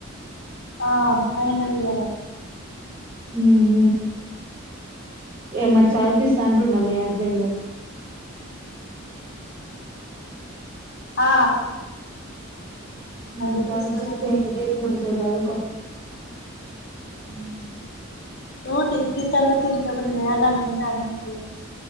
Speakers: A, on the left (about 55°); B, on the right (about 35°).
A: ఆ ఫైనల్ ఇయరే
B: ఉ హు ఏ మరి చదివిపిస్సా అంటుండా మీ హస్బెండు
A: ఆ చదిపిస్తారట
B: ఉ చదివిపిస్తే ఇంకేంది మంచిగ చదువు కో
A: ఉమ్ ఓ డిగ్రీ తర్వాత ఇంకేమన్నా చేయలని ఉన్నదా నీకు